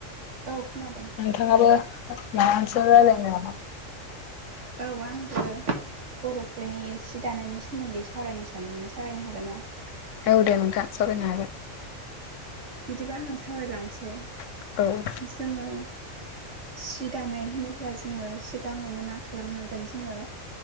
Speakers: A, on the right; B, on the left.
A: औ खोनादों
B: नोंथाङाबो माबा मोनसे रायलायनो नामा
A: औ आंबो बर'फोरनि सि दानायनि सोमोन्दै सावरायनो सानदोंमोन सावरायनो हागोन ना
B: औ दे नोंथां सावरायनो हागोन।
A: बिदिबा आङो सावरायलांसै
B: हागोन औ
A: जोङो सि दानाय होनोब्ला जोङो सिगाङावनो मा खा खालामनांगोन जोङो